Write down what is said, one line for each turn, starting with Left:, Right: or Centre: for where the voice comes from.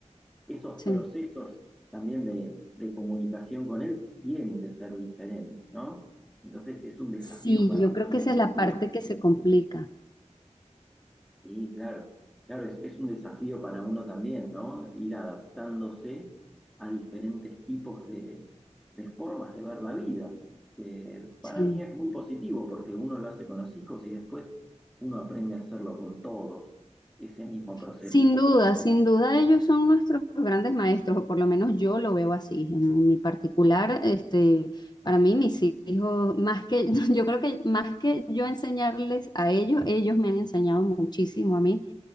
Centre: esos
Left: sí.
Centre: procesos también de, de comunicación con él tienen que ser diferentes, ¿no? Entonces es un desafío
Left: Sí,
Centre: para
Left: yo
Centre: uno
Left: creo que
Centre: mismo
Left: esa es
Centre: también.
Left: la parte que se complica.
Centre: Sí, claro, claro, es, es un desafío para uno también, ¿no? Ir adaptándose a diferentes tipos de, de formas de ver la vida, que para
Left: sí.
Centre: mí es muy positivo porque uno lo hace con los hijos y después uno aprende a hacerlo con todos, ese mismo proceso.
Left: Sin duda, sin duda ellos son nuestros grandes maestros, o por lo menos yo lo veo así. En mi particular, este, para mí mis hijos, más que <laughs> yo creo que más que yo enseñarles a ellos, ellos me han enseñado muchísimo a mí